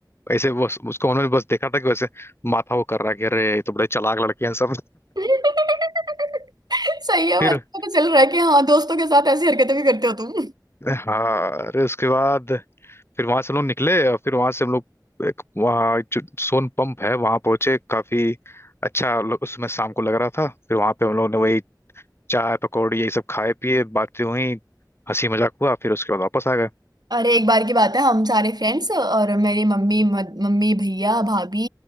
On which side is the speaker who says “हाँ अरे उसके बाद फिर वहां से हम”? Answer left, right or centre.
Left